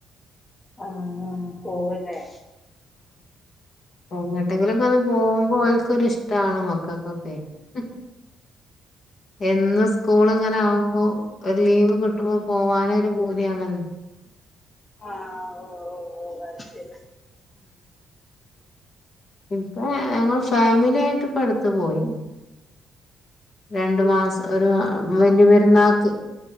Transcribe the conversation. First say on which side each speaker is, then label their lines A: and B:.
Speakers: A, on the left; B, on the left.
A: ആ ഹാ പോവല്ലേ?
B: എങ്ങട്ടെങ്കിലൊക്ക ഒന്ന് പോംമ്പോ ഓൽക് ഒരിഷ്ട്ടാണ് മക്കക്കൊക്കെ ഹും എന്നു സ് സ്കൂള് ഇങ്ങനാവുംമ്പോ ഒരു ലീവ് കിട്ടുംമ്പോ പോവാനെ ഒരു പൂതിയാണല്ല
A: ആ ഓ ഓ ഓ അത് ശെരി.
B: ഇപ്പ ഞങ്ങള് ഫാമിലിയായിട്ട് ഇപ്പ അടുത്ത് പോയിനി. രണ്ട് മാസ ഒരു മാ വെല്ല്യ പെര്ന്നാക്ക്.